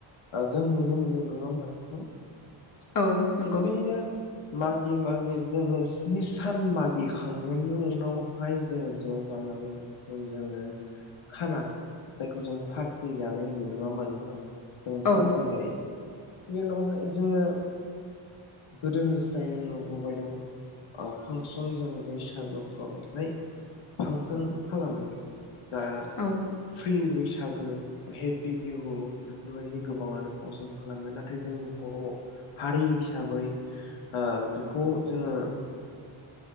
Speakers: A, on the left (about 75°); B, on the left (about 40°).
A: जों नुनो मोनदों नङा होमबा नोंथां
B: औ नंगौ
A: बेबायदिनो मागि मागि जोङो स्नि सान मागिखांनायनि उनावहाय जोङो ज जानानै जोङो खाना जायखौ जों पार्टि जानाय होनो नङा होमा नोंथां जों
B: औ
A: पार्टि जायो। बेनि उनावहाय जोङो गोदोनिफ्रायनो नुबोबाय दं फांसन जों बैसागोफ्रावहाय फांसन खालामो दा
B: औ
A: फ्रि बैसागु बैसागो हेपि बिहु बेफोरबायदि गोबाङानो फांसन खालामो नाथाय जोंनि बर'हारि हिसाबै ओ बेखौ जोङो